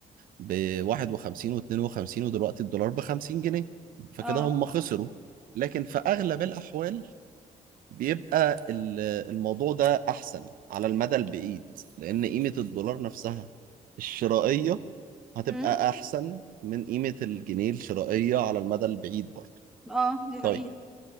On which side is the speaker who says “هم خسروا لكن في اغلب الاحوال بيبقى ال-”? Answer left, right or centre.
Right